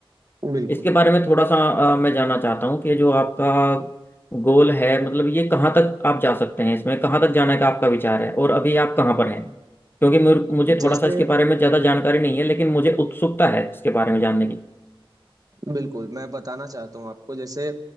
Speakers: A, on the right; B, on the left.
A: बिल्कुल
B: इसके बारे में थोड़ा सा अ, मैं जानना चाहता हूँ कि जो आपका गोल है मतलब ये कहाँ तक आप जा सकते हैं इसमें कहाँ तक जाने का आपका विचार है और अभी आप कहाँ पर हैं क्योंकि मेरे- मुझे थोड़ा
A: जैसे
B: सा इसके बारे में ज़्यादा जानकारी नहीं है लेकिन मुझे उत्सुकता है इसके बारे में जानने की
A: बिल्कुल मैं बताना चाहता हूँ आपको जैसे